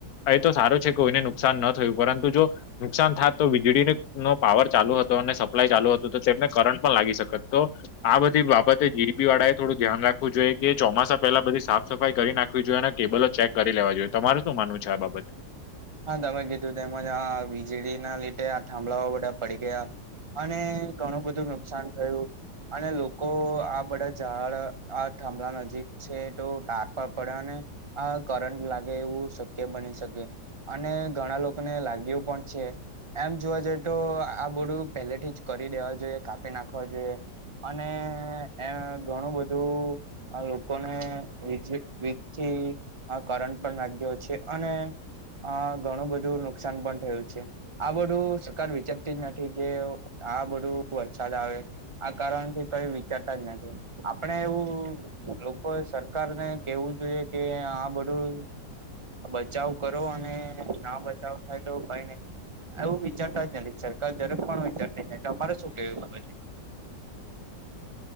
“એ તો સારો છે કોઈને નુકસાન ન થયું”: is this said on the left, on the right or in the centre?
Left